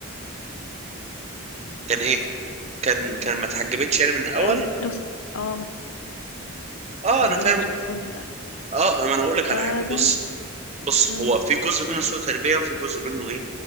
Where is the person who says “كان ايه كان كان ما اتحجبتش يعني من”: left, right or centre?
Right